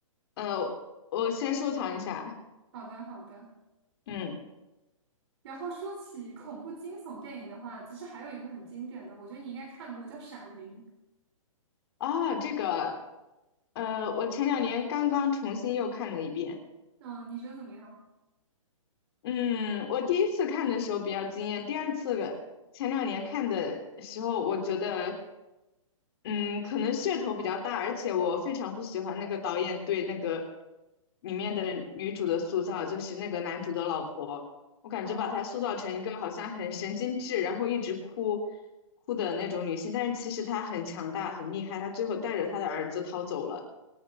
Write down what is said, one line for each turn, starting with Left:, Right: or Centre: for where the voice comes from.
Left: 呃，我先收藏一下。
Right: 好的，好的。
Left: 嗯，
Right: 然后说起恐怖惊悚电影的话，其实还有一部很经典的，我觉得你应该看过，叫《闪灵》。
Left: 哦，这个，呃，我前两年刚刚重新又看了一遍。
Right: 嗯，你觉得怎么样？
Left: 嗯，我第一次看的时候比较惊艳，第二次个前两年看的时候，我觉得，嗯，可能噱头比较大，而且我非常不喜欢那个导演对那个里面的女主的塑造，就是那个男主的老婆，我感觉把她塑造成一个好像很神经质，
Right: 嗯，
Left: 然后一直哭哭的那种女性，但是其实她很强大、很厉害，她最后带着她的儿子逃走了。